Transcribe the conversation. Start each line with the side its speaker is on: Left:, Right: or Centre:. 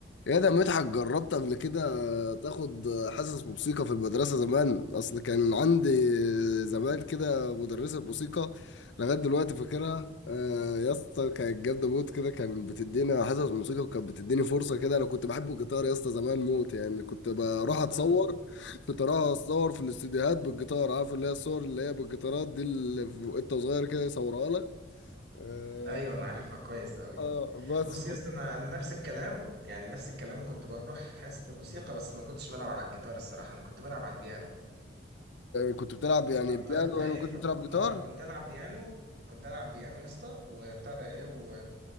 Left: يا ده مدحت جربت قبل كده تاخد حصص موسيقى في المدرسة زمان أصل كان عندي زمان كده مدرسة موسيقى لغاية دلوقتي فاكرها آه، يا اسطى كانت جامدة موت كده كانت بتدينا حصص موسيقى وكانت بتديني فرصة كده أنا كنت بحب الجيتار يا اسطى زمان موت يعني كنت بروح أتصور
Right: امم
Left: كنت أروح أتصور في الاستديوهات بالجيتار عارف اللي هي الصور اللي هي بالجيتارات دي اللي في- وأنت صغير كده يصورها لك آه
Right: ايوه انا عارفها كويس قوي
Left: آه، بس
Right: بص يا اسطى انا انا نفس الكلام يعني نفس الكلام كنت بروح حصه موسيقى بس ما كنتش بلعب على الجيتار الصراحه انا كنت بلعب على البيانو
Left: كنت بتلعب يعني
Right: فبتاع
Left: بيانو
Right: ده فايه
Left: يعني ما كنتش
Right: فكنت
Left: بتلعب جيتار
Right: اه كنت العب بيانو كنت العب بيانو يا اسطى وبتاع ده ايه و...